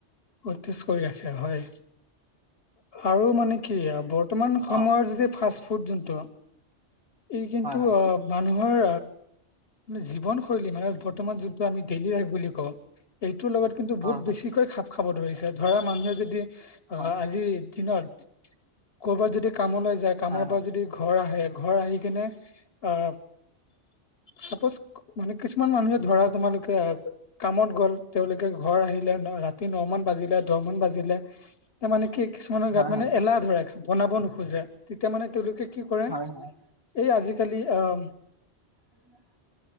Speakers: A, on the left; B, on the right.
A: সতেজ কৰি ৰাখে হয়। আৰু মানে কি বৰ্তমান সময়ৰ
B: অ
A: যদি ফাষ্ট ফুড যোনটো ই কিন্তু
B: হয় হয়
A: অ' মানুহৰ জীৱনশৈলী মানে বৰ্তমান যোনটো আমি ডেইলি লাইফ বুলি কওঁ, এই তোৰ লগত কিন্তু বহুত
B: অ
A: বেছিকৈ খাপ খাব ধৰিছে, ধৰা মানুহে যদি অ'
B: হয় হয়
A: আজিৰ দিনত কৰ'বাত যদি কামলৈ যায় কামৰ
B: হয়
A: পৰা যদি ঘৰ আহে ঘৰ আহি কিনে আহ চাপ'জ মানে কিছুমান মানুহে ধৰা তোমালোকে আহ কামত গ'ল তেওঁলোকে ঘৰ আহিল লে, ৰাতি ন মান বাজিলে দহ মান বাজিলে ত মানে কি কিছুমানৰ
B: হয়
A: গাত
B: হয়
A: মানে
B: হয়
A: এলাহ ধৰে বনাব নোখোজে, তেতিয়া মানে তেওঁলোকে কি কৰে,
B: হয় হয়
A: এই আজিকালি আহ
B: উম <unintelligible>